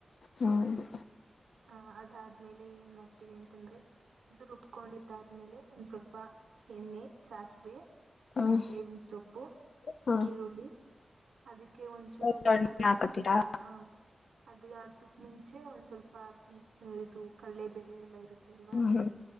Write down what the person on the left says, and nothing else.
ಹೌದು
ಹ್ಮ್
ಹಾ
ಒಗ್ಗರಣೆ
ಹಾಕತೀರಾ
ಹ್ಮ್